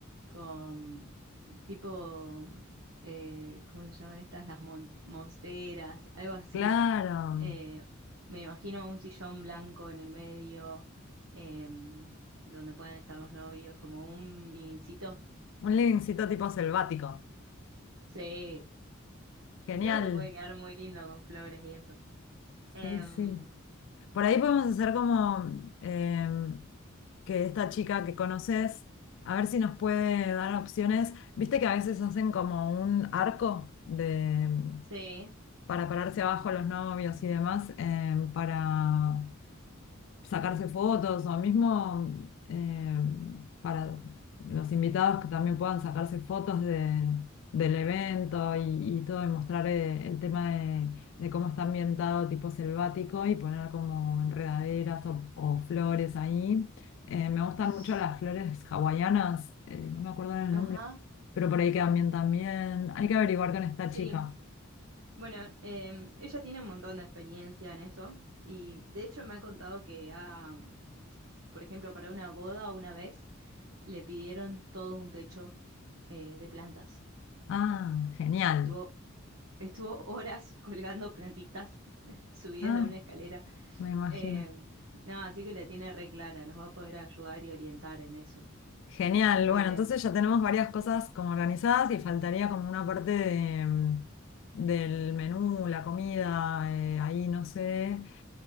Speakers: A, on the right; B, on the left.
A: con mm, tipo, mm, eh, ¿cómo se llaman estas? Las mon- monsteras, algo así.
B: Claro.
A: Eh, me imagino un sillón blanco en el medio, em, donde puedan estar los novios, como un livincito.
B: Un livingcito tipo selvático.
A: Sí,
B: Genial.
A: creo que puede quedar muy lindo con flores y eso. Em,
B: Sí, sí. Por ahí podemos hacer como eh, que esta chica que conoces, a ver si nos puede dar opciones. Viste que a veces hacen como un arco de, em,
A: sí,
B: para pararse abajo los novios y demás, eh, para sacarse fotos o mismo eh, para los invitados que también puedan sacarse fotos de, del evento y, y todo, y mostrar eh, el tema de, de cómo está ambientado tipo selvático y poner como enredaderas o, o flores ahí. Eh, me gustan
A: S-
B: mucho las flores hawaianas, eh, no me acuerdo el
A: ajá,
B: nombre, pero por ahí quedan bien también. Hay que averiguar con esta
A: sí.
B: chica.
A: Bueno, em, ella tiene un montón de experiencia en eso y de hecho me ha contado que, ha, por ejemplo, para una boda una vez le pidieron todo un techo eh, de plantas.
B: Ah, genial.
A: Estuvo, estuvo horas colgando plantitas <laughs> subidas
B: Ah,
A: de una escalera.
B: me imagino.
A: Em, no, así que le tiene re clara, nos va a poder ayudar y orientar en eso.
B: Genial,
A: Em,
B: bueno, entonces ya tenemos varias cosas como organizadas y faltaría como una parte de, mm, del menú, la comida, eh, ahí no sé,